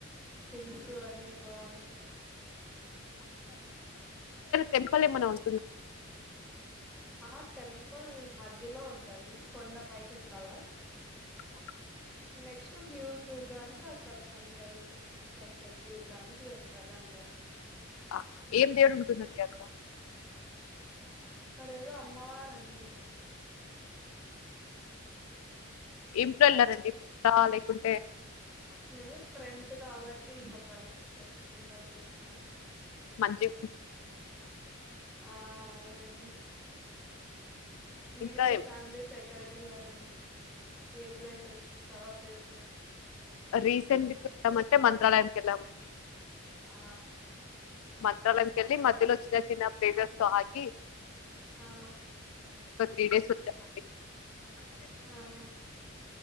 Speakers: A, in the centre; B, on the left.
A: హిల్స్ అన్ని బాగుంటాయి
B: టెంపల్ ఏమన్న ఉం
A: ఆ టెంపుల్ మధ్యలో ఉంటది కొండ పైకి ఎక్కాల
B: ఓహ
A: నెక్స్ట్ వ్యూ చూడ్డానికి అక్కడ సన్ రైజ్ సన్ సెట్ చూడ్డానికి వెళ్తారు అందరు
B: ఆహా ఏం దేవుడు ఉంటుందండి అక్కడ
A: అక్కడ ఏదో అమ్మవారండి
B: ఇంళ్లారండి చాల కుంటే
A: లేదు ఫ్రెండ్స్ కావచ్చ అంటే ఇంగ బైక్ సెట్ చేస్తామనీ
B: మంచి
A: ఆ అవునండి మీరు
B: ఇంకా
A: ఫ్యామిలీ టైప్ ఎక్కడికి ఎళ్లారండి ఏ ప్లేసెస్ కవర్ చేస్త సర
B: రీసెంట్ అంటే మంత్రాలయం ఎల్ల మండి
A: ఆ
B: మంత్రాలయం కెళ్ళి మధ్యలో చిన్న చిన్న ప్లేసెస్ లో ఆగి
A: ఆ
B: ఒకత్రీడే సచ్చ అండి
A: ఆహా